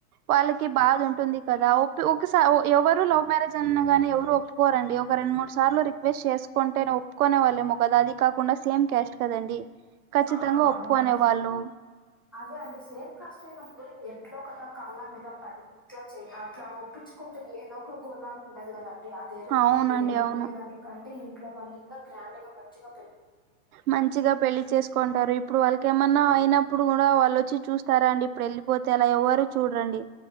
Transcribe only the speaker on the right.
వాళ్ళకి బాధ ఉంటుంది కదా ఓ ఒకసారి ఎవరు లవ్ మ్యారేజ్ అన్నాగానీ ఎవరు ఒప్పుకోరండి ఒక రెండు మూడు సార్లు రిక్వెస్ట్ చేసుకుంటే ఒప్పుకునే వాళ్ళేమో కదా అది కాకుండా సేమ్ క్యాస్ట్ కదండి ఖచ్చితంగా
ఒప్పుకునే
వాళ్ళు
అవునండి
అవును
మంచిగా పెళ్లి చేసుకుంటారు ఇప్ ఇప్పుడు వాళ్కి ఏమన్నా అయినప్పుడు కూడా వాళ్ళు వచ్చి చూస్తారా అండి ఇప్పుడు ఎళ్ళిపోతే అలా ఎవరు చూడంరడి.